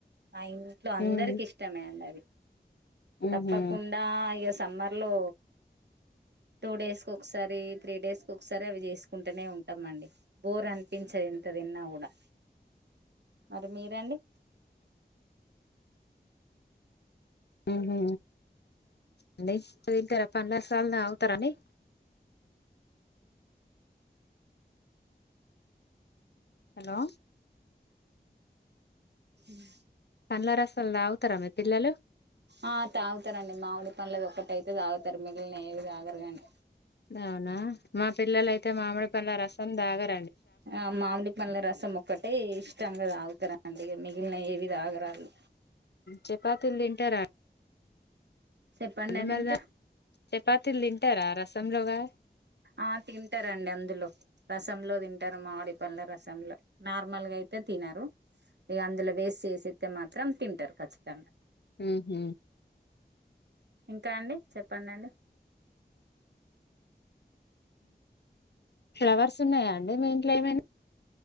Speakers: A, on the right; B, on the left.
A: మా ఇంట్లో అందరికి
B: ఉహు
A: ఇష్టమే అండి అవి
B: ఉహు
A: తప్పకుండా ఎస్ సమ్మర్ లో టూ డేస్ ఒకసారి త్రీ డేస్ కు ఒకసారి అవి చేసుకుంటూనే ఉంటామండి బోర్ అనిపించది ఎంత తిన్న కూడా మరి మీరండి
B: ఉహు అండి మీ ఇంటికాడ పండ్ల రసాలు తాగుతారా అండి హలో
A: హ్మ్
B: పండ్ల రసలు తగుతారా మీ పిల్లలు
A: ఆ తాగుతారండి మామిడి పండ్లాది ఒక్కటైయితే తాగుతారు మిగిలినవి ఏవి తాగరు గని
B: అవునా మా పిల్లల అయితే మామిడి పల రస్ అందా <unintelligible>
A: ఆ మామిడి పడ్ల రసం ఒక్కటే ఇష్టం కదా ఆగుతారండి మిగిలిన ఏవి తాగరాళ్లు
B: చపాతీలు తింటారా అం
A: చెప్పండి
B: అళ్ళ
A: అండి
B: మరిదా
A: ఇంకా
B: చపాతిల్ తీమ్ పెట్టార రసంలోగా
A: ఆ తింటారండి అందులో రసంలో తింటారు మామిడి పళ్ల రసంలో నార్మల్గా అయితే తినారు ఇంకా అందులో వేస్ట్ చేసితే మాత్రం తింటారు ఖచ్చితంగా
B: హ్మ్
A: ఇంకా అండి చెప్పడి అండి
B: ఫ్లవర్స్ ఉన్నాయా అండి మీ ఇంట్లో ఏమైనా